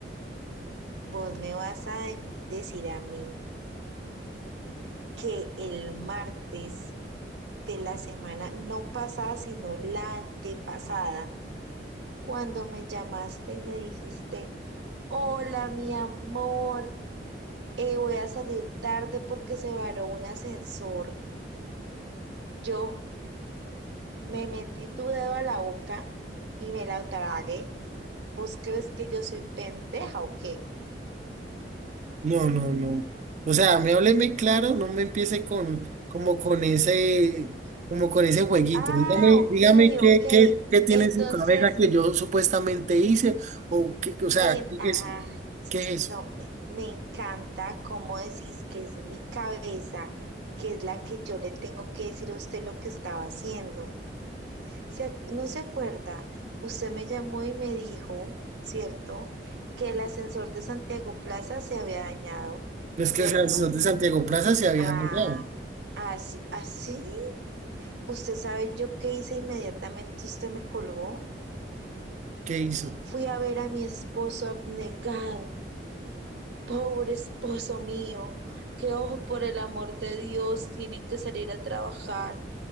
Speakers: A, on the right; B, on the right.
A: Vos me vas a de- decir a mí que el martes de la semana, no pasada, sino la antepasada, cuando me llamaste y me dijiste... Hola, mi amor. Eh, voy a salir tarde porque se varó un ascensor. Yo me metí tu dedo a la boca y me la tragué. ¿Vos crees que yo soy pendeja o qué?
B: No, no, no. O sea, me hábleme claro, no me empiece con, como con ese, como con ese jueguito.
A: Ah,
B: Dígame,
A: ok,
B: dígame qué,
A: ok.
B: qué, qué tiene
A: Entonces,
B: en su cabeza que yo supuestamente hice, o qué, o sea,
A: en...
B: ¿qué
A: Ah,
B: es eso? ¿Qué es
A: no,
B: eso?
A: me, me encanta cómo decís que es mi cabeza, que es la que yo le tengo que decir a usted lo que estaba haciendo. Se ¿no se acuerda? Usted me llamó y me dijo, ¿cierto? Que el ascensor de Santiago Plaza se había dañado,
B: Es
A: ¿cierto?
B: que o sea, el señor de Santiago Plaza se había
A: Ah,
B: dañado.
A: así, así. Usted sabe yo qué hice inmediatamente, usted me colgó.
B: ¿Qué hizo?
A: Fui a ver a mi esposo abnegado. Pobre esposo mío, que ojo por el amor de Dios, tiene que salir a trabajar